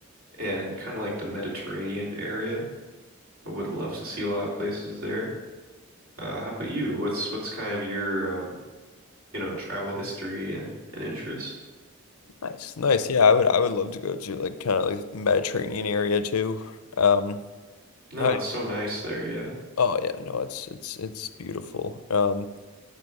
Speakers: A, on the right; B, on the left.
A: and kind of like the Mediterranean area. I would love to see a lot of places there. Uh, how about you? What's what's kind of your um you know, travel history and and interest.
B: Nice. Nice. Yeah, I would I would love to go to like kind of like Mediterranean area too. Um
A: No,
B: I
A: it's so nice there. Yeah.
B: oh yeah, no, it's it's it's beautiful. Um